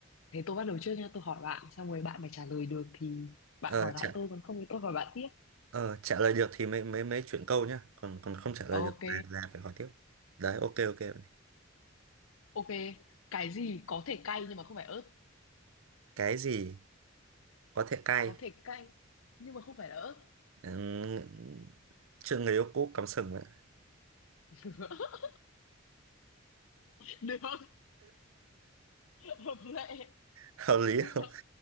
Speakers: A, on the left (about 85°); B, on the right (about 85°).
A: Thế tôi bắt đầu trước nha, tôi hỏi bạn, xong rồi bạn phải trả lời được thì bạn
B: Ờ,
A: hỏi lại
B: trả,
A: tôi, còn không thì tôi hỏi bạn tiếp.
B: ờ, trả lời được thì mới mới mới chuyển câu nhá, còn còn không trả lời
A: Ok,
B: được là là phải hỏi tiếp. Đấy, ok ok. bạn ơi.
A: ok. Cái gì có thể cay nhưng mà không phải ớt?
B: Cái gì có thể cay?
A: Có thể cay nhưng mà không phải là ớt.
B: Ừm, Chuyện người yêu cũ cắm sừng bạn. ạ. <laughs>
A: <laughs> Được, hợp lệ.
B: Hợp lý
A: Được,
B: không?